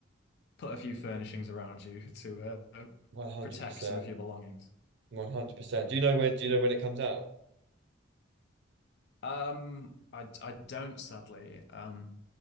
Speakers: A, on the left; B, on the right.
A: put a few furnishings around you <laughs> to uh,
B: 100%.
A: protect some of your belongings
B: 100%. Do you know when do you know when it comes out?
A: Um, I I don't sadly. Um,